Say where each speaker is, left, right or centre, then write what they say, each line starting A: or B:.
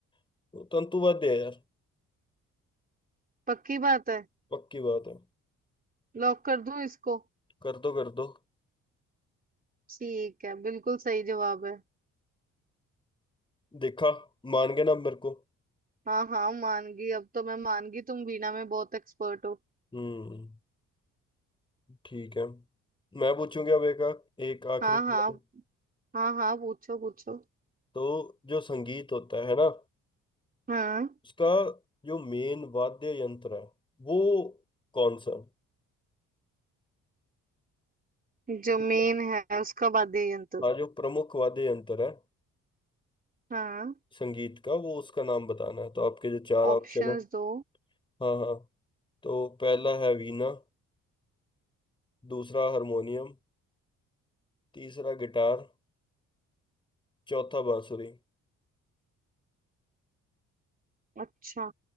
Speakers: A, on the left (about 15°); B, on the right (about 30°).
A: तो तंतु वाद्य है यार
B: पक्की बात है
A: पक्की बात है
B: लॉक कर दूं इसको
A: कर दो कर दो
B: ठीक है बिल्कुल सही जवाब है
A: देखा मान गए ना आप मेरे को
B: हाँ हाँ मान गई अब तो मैं मान गई तुम वीणा में बहुत एक्सपर्ट हो
A: हम्म ठीक है मैं पूछूंगा अब एक एक आखिरी
B: हाँ
A: सवाल
B: हाँ हाँ हाँ पूछो पूछो
A: तो जो संगीत होता है ना
B: हाँ
A: उसका जो मेन वाद्य यंत्र है वो कौन सा है
B: जो
A: ठीक
B: मेन
A: है।
B: है उसका वाद्य यंत्र
A: हाँ जो प्रमुख वाद्य यंत्र है
B: हाँ
A: संगीत का वो उसका नाम बताना है तो आपके जो चार
B: ऑप्शंस
A: ऑप्शन है
B: दो
A: हाँ हाँ तो पहला है वीणा दूसरा हारमोनियम तीसरा गिटार चौथा बांसुरी
B: अच्छा